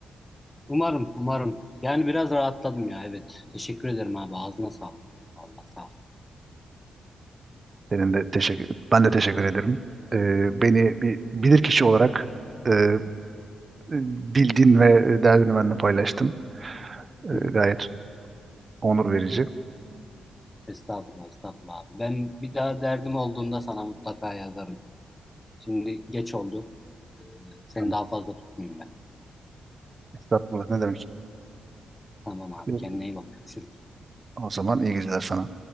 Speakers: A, on the left; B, on the right.
A: Umarım, umarım. Yani biraz rahatladım ya. Evet. Teşekkür ederim abi. Ağzına sağlık. Allah sağ ol.
B: Senin de teşekkür, ben de teşekkür ederim. E, beni bir bilirkişi olarak e, e, bildin ve e, derdini benimle paylaştın. E,
A: Hı
B: Gayet
A: hı.
B: onur verici.
A: Estağfurullah, estağfurullah abi. Ben bir daha derdim olduğunda sana mutlaka yazarım. Şimdi geç oldu. Ee, seni
B: Tamam.
A: daha fazla tutmayayım ben.
B: Estağfurullah ne demek.
A: Tamam abi.
B: E,
A: Kendine iyi bak. Görüşürüz.
B: O zaman iyi geceler sana.